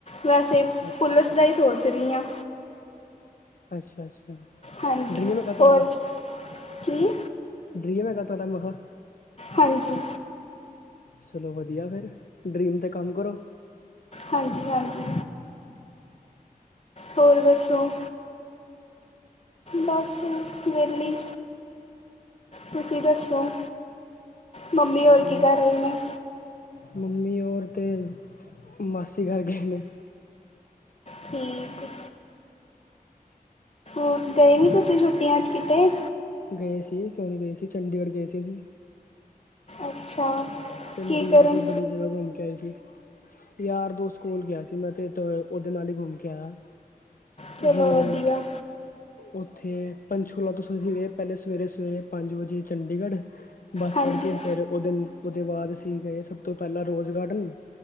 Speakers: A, on the left; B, on the left.
A: ਵੈਸੇ
B: ਅੱਛਾ,
A: ਪੁਲਿਸ ਦਾ ਹੀ ਸੋਚ ਰਹੀ ਹਾਂ
B: ਅੱਛਾ ਅੱਛਾ
A: ਹਾਂਜੀ
B: ਡਰੀਮ ਹੈਗਾ
A: ਹੋਰ
B: ਤੁਹਾਡਾ
A: ਕੀ
B: ਡਰੀਮ ਹੈਗਾ ਤੁਹਾਡਾ ਮੈ ਕਿਆ
A: ਹਾਂਜੀ
B: ਚਲੋ ਵਧੀਆ ਫਿਰ ਡਰੀਮ ਤੇ ਕੰਮ ਕਰੋ
A: ਹਾਂਜੀ ਹਾਂਜੀ ਹੋਰ ਦੱਸੋ ਬਸ ਵਿਹਲੀ ਤੁਸੀਂ ਦੱਸੋ ਮੰਮੀ ਹੋਰੀ
B: ਹੋਰ
A: ਕੀ ਕਰ ਰਹੇ ਨੇ
B: ਮੰਮੀ ਔਰ ਤੇ ਮਾਸੀ ਘਰ ਗਏ ਨੇ
A: ਠੀਕ ਏ ਹੋਰ ਗਏ ਨੀ ਤੁਸੀਂ ਛੁੱਟੀਆਂ ਚ ਕਿਤੇ
B: ਗਏ ਸੀ ਕਿਉਂ ਨਹੀਂ ਗਏ ਸੀ ਚੰਡੀਗੜ੍ਹ ਗਏ ਸੀ ਅਸੀਂ
A: ਅੱਛਾ
B: ਚੰਡੀਗੜ੍ਹ
A: ਕੀ ਕਰਨ
B: ਸੇ ਬੜੀ ਜਗ੍ਹਾ ਘੁੰਮ ਕੇ ਆਏ ਸੀ ਯਾਰ ਦੋਸਤ ਕੋਲ ਗਿਆ ਸੀ ਮੈਂ ਤੇ ਉਹਦੇ ਨਾਲ ਹੀ ਘੁੰਮ ਕੇ ਆਇਆ
A: ਚਲੋ
B: ਜਿਵੇਂ
A: ਵਧੀਆ
B: ਉੱਥੇ ਪੰਚਕੁਲਾ ਤੋਂ ਅਸੀਂ ਗਏ ਪਹਿਲੇ ਸਵੇਰੇ ਸਵੇਰੇ ਪੰਜ ਵਜੇ ਚੰਡੀਗੜ੍ਹ ਬੱਸ
A: ਹਾਂਜੀ
B: ਫੜ ਕੇ ਫਿਰ ਉਹਦੇ ਉਹਦੇ ਬਾਅਦ ਅਸੀਂ ਗਏ ਸਭ ਤੋਂ ਪਹਿਲਾਂ ਰੋਜ਼ ਗਾਰਡਨ